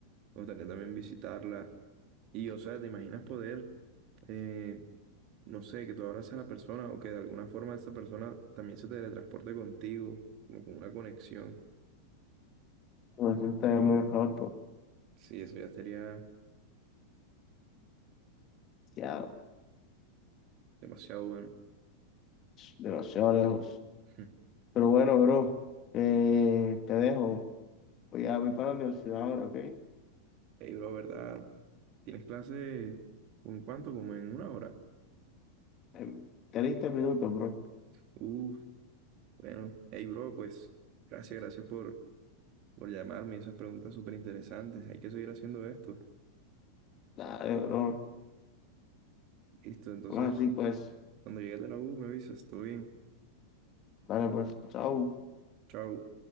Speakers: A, on the right; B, on the left.
A: me gustaría también visitarla. Y o sea, ¿te imaginas poder? eh, no sé, que tú abraces a la persona o que de alguna forma esa persona también se teletransporte contigo, como con una conexión.
B: Nosotros hemos acabado
A: Sí, eso ya sería
B: demasiado,
A: demasiado bueno.
B: demasiado lejos.
A: <laughs>
B: Pero bueno, bro, eh, te dejo. Voy a voy para la universidad ahora, ¿ok?
A: Ey, bro, ¿verdad? ¿Tienes clase con cuánto? Como en una hora.
B: En 30 minutos, bro.
A: Uf, bueno. Hey, bro, pues gracias, gracias por, por llamarme. y Esas preguntas súper interesantes. Hay que seguir haciendo esto.
B: Dale, bro.
A: Listo, entonces,
B: Vamos así, pues.
A: cuando llegues de la U, me avisas. Todo bien.
B: Dale, pues. Chao.
A: Chao.